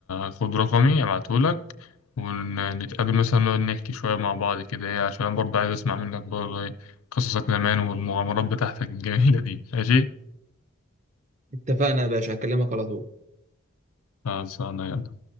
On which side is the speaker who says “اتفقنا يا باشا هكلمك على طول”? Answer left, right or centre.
Right